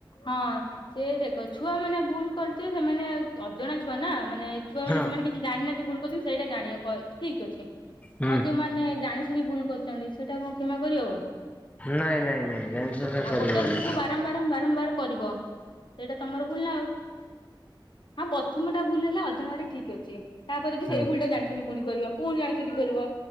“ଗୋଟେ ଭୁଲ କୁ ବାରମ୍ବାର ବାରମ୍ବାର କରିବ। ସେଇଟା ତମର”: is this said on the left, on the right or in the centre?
Left